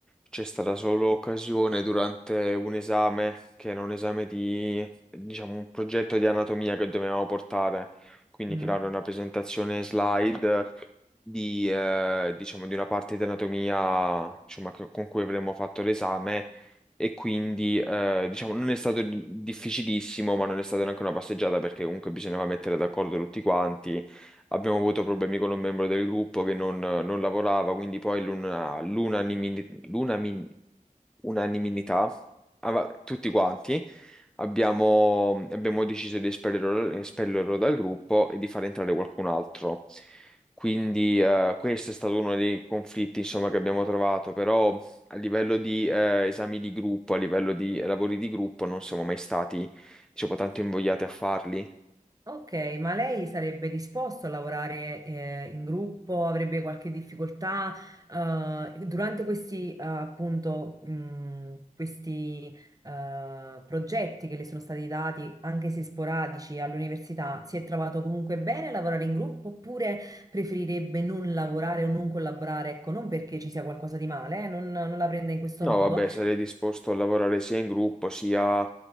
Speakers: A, in the centre; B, on the right.
A: C'è stata solo occasione durante un esame, che era un esame di, diciamo, un progetto di anatomia che dovevamo portare, quindi
B: Mm.
A: creare una presentazione slide di, eh, diciamo, di una parte di anatomia, insomma, che- con cui avremmo fatto l'esame e quindi, eh, diciamo, non è stato di- difficilissimo, ma non è stata neanche una passeggiata perché comunque bisognava mettere d'accordo tutti quanti abbiamo avuto problemi con un membro del gruppo che non, non lavorava, quindi poi l'una- l'unanimi- l'unami- unanimità, ava- tutti quanti, abbiamo, abbiamo deciso di espellerlo, espellerlo dal gruppo e di far entrare qualcun altro. Quindi eh, questo è stato uno dei conflitti, insomma, che abbiamo trovato, però a livello di eh, esami di gruppo, a livello di lavori di gruppo, non siamo mai stati, diciamo, tanto invogliati a farli.
B: Ok, ma lei sarebbe disposto a lavorare eh, in gruppo? Avrebbe qualche difficoltà? Eh, durante questi, eh, appunto, mh, questi eh, progetti che le sono stati dati, anche se sporadici, all'università, si è trovato comunque bene a lavorare in gruppo oppure preferirebbe non lavorare o non collaborare? Ecco, non perché ci sia qualcosa di male, eh, non non la prende in questo
A: No,
B: modo.
A: vabbè, sarei disposto a lavorare sia in gruppo sia